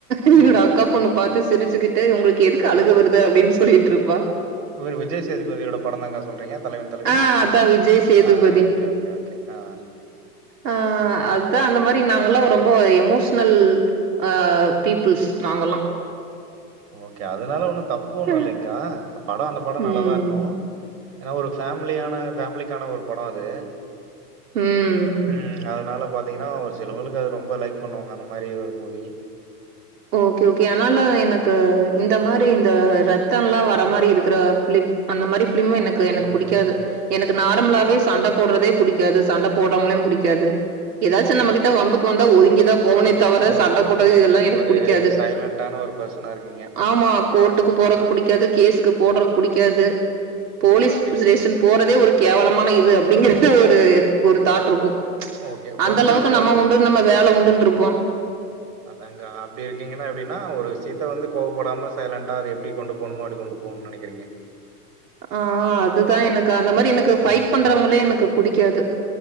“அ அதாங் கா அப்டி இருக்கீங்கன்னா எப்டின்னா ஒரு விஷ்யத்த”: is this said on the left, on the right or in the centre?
Right